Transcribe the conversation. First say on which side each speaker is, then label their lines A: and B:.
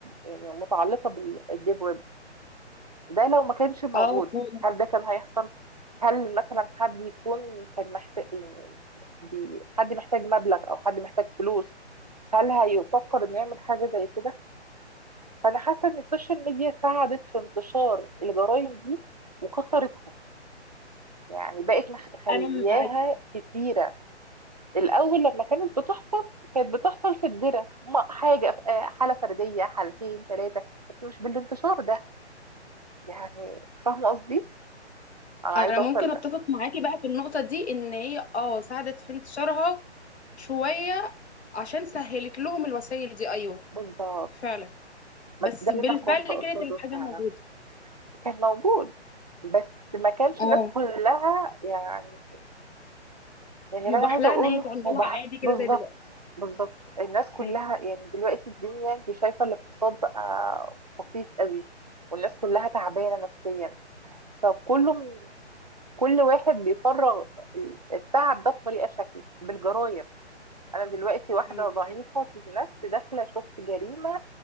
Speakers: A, on the right; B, on the left.
A: يعني متعلقه بالديب ويب ده لو ما كانش موجود
B: اه فعلا
A: هل ده كان هيحصل هل مثلا حد يكون كان محتاج يعني بي- حد محتاج مبلغ او حد محتاج فلوس هل هيفكر انه يعمل حاجه زي كده فانا حاسه ان السوشيال ميديا ساعدت في انتشار الجرائم دي وكثرتها يعني بقت مخ- مخلياها
B: انا معاكي
A: كتيرة الأول لما كانت بتحصل كانت بتحصل في الدرة ما- حاجة ف- آه، حالة فردية حالتين ثلاثة بس مش بالانتشار ده يعني فاهمة قصدي؟ أنا
B: انا
A: عايزة
B: ممكن
A: أوصل ل-
B: اتفق معاكي بقى في النقطه دي ان هي اه ساعدت في انتشارها شويه عشان سهلت لهم الوسائل دي ايوه
A: بالظبط
B: فعلا بس
A: ما- ده اللي
B: بالفعل
A: أنا فهمك كنت أقصده
B: كانت الحاجه
A: فعلا
B: موجوده
A: كان موجود بس ما كانش
B: اه
A: الناس كلها يعني يعني اللي
B: مباح
A: انا عايزه
B: لها
A: اقوله
B: ان هي تعملها
A: ما هو بح-
B: عادي كده
A: بالظبط
B: زي دلوقتي
A: بالظبط الناس كلها
B: م-
A: يعني دلوقتي الدنيا انت شايفه الاقتصاد بقى بسيط قوي والناس كلها تعبانه نفسيا فكله كل واحد بيفرغ التعب ده بطريقه شكل بالجرايم انا دلوقتي واحده
B: م-
A: ضعيفه النفس داخله شفت جريمه